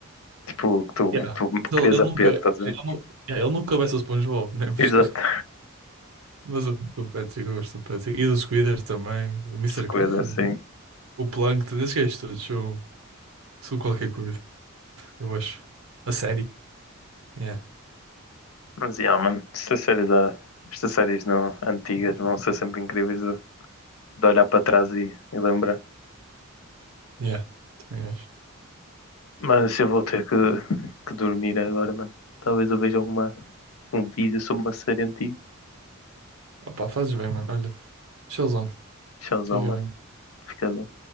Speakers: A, on the left (about 80°); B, on the right (about 80°).
A: tipo, que tu,
B: Yeah.
A: tu
B: Ele,
A: querias
B: ele
A: apego,
B: nunca, ele,
A: estás a ver?
B: nu- yeah, ele nunca vai ser SpongeBob, né? <laughs>
A: Exato.
B: Mas, mas eu gosto do Patrick, eu gosto do Patrick. E do Squidward também, o Mister
A: Se coisa
B: Krabs,
A: assim.
B: o Plankton, esses gajos todos são, são qualquer coisa, eu acho. A série. Yeah,
A: Mas, yeah, mano, estas séries, ah, estas séries não, antigas vão ser sempre incríveis de, de olhar para trás e, e lembrar.
B: yeah, também acho.
A: Mas eu vou ter que, que dormir agora, mano. Talvez eu veja alguma, um vídeo sobre uma série antiga.
B: Opá, fazes bem, mano. Olha. Showzão.
A: Tchauzão,
B: Fica
A: mano.
B: bem.
A: Fica bem.